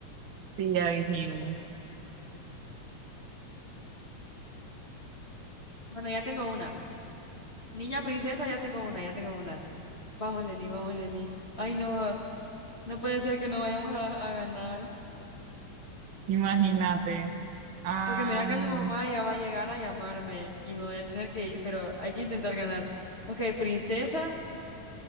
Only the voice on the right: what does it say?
Sí, ya dijimos.
Imagínate. Am,